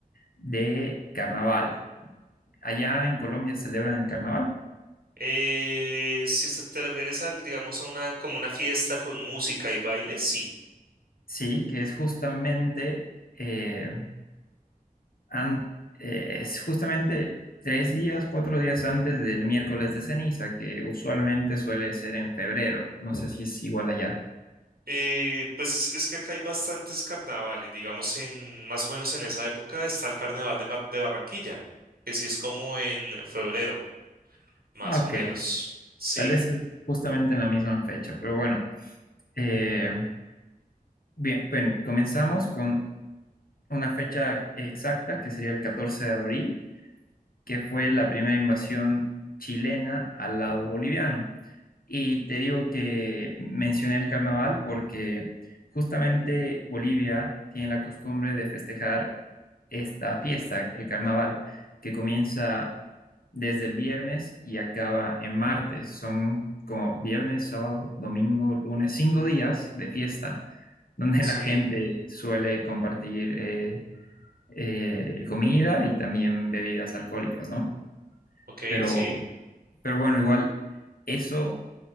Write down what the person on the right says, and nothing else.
Eh, si se te refieres a, digamos, a una, como una fiesta con música y baile, sí.
Eh, pues es, es que acá hay bastantes carnavales, digamos, en más o menos en esa época está el carnaval de, Mar- de Barranquilla, que sí es como en febrero, más
o menos. Sí,
sí,
ok,
sí,